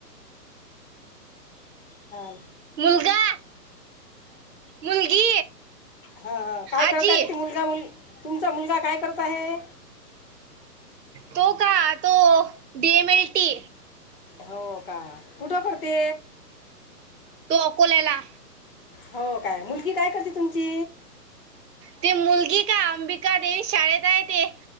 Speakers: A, on the left (about 35°); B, on the right (about 70°).
A: हां
B: मुलगा मुलगी
A: हा हा काय
B: आजी
A: करतात ते मुलगा मुलगी तुमचा मुलगा काय करत आहे?
B: तो का तो डी एम एल टी
A: हो का... कुठं पडते?
B: तो अकोलेला
A: हो काय! मुलगी काय करते तुमची?
B: ते मुलगी का अंबिका देवी शाळेत आहे ते